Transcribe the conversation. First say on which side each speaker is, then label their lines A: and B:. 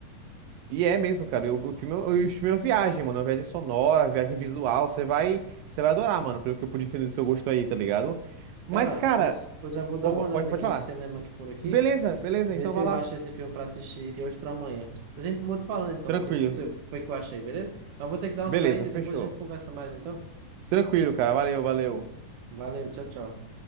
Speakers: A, on the right; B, on the right.
A: E é mesmo, cara. e O, o filme, é- o filme é uma viagem, mano. Uma viagem sonora, uma viagem visual. Você vai, você vai adorar, mano, pelo que eu pude entender do seu gosto aí, tá ligado? Mas,
B: Cara,
A: cara,
B: pois eu já vou dar
A: opa,
B: uma olhada
A: pode, pode
B: aqui
A: falar.
B: no cinema aqui por aqui.
A: Beleza, beleza,
B: Vê
A: então
B: se
A: vai
B: eu
A: lá.
B: acho esse filme pra assistir de hoje pra amanhã. A gente vou te falando então
A: Tranquilo.
B: de que se eu- foi que eu achei, beleza? Mas vou ter que dar
A: Beleza,
B: uma saída,
A: fechou.
B: depois a gente conversa mais então.
A: Tranquilo, cara. Valeu, valeu.
B: Valeu, tchau, tchau.